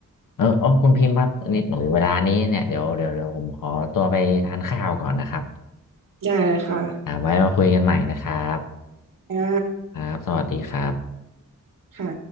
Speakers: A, on the left; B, on the right.
A: เออโอคุณพิมพ์ครับนิดหน่อยเวลานี้เนี่ยเดี๋ยวเดี๋ยวเดี๋ยวผมขอตัวไปทานข้าวก่อนนะครับ
B: ได้เลยค่ะ
A: อ่าไว้มาคุยกันใหม่นะครับ
B: อ่า
A: ครับสวัสดีครับ
B: ค่ะ